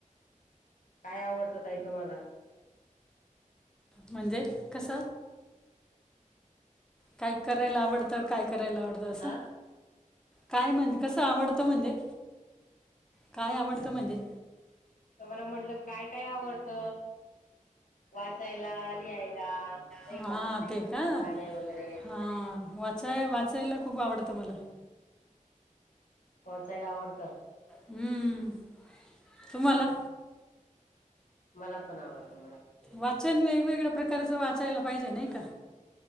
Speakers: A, on the left (about 75°); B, in the centre.
A: काय आवडतात आहे तुम्हाला
B: म्हणजे, कस? काय करायला आवडतं? काय करायला आवडत? असं
A: हा
B: काय म्हणजे, कसं आवडत म्हणजे? काय आवडतं म्हणजे?
A: तर मला म्हटलं काय काय आवडत? वाचायला, लिहायला नाही
B: हा.
A: का
B: ते का?
A: गाणे वगैरे
B: हा वा वाचाय, वाचायला खूप आवडतं मला
A: वाचायला आवडत.
B: हम्म. तुम्हाला?
A: मला पण आवडतं मला
B: वाचन, वेगवेगळ्या प्रकारच वाचायला पाहिजे नाही का?